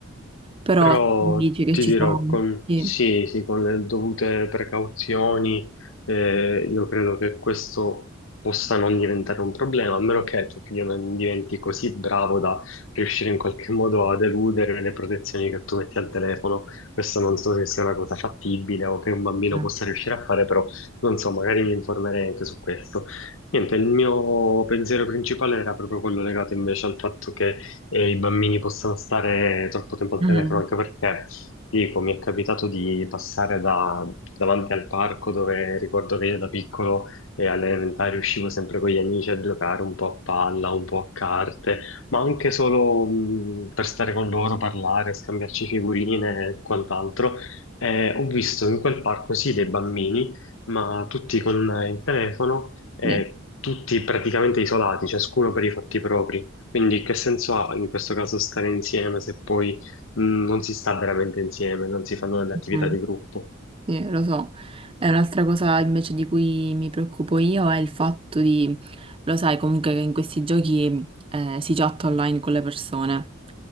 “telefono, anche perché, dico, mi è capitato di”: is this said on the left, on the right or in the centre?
Left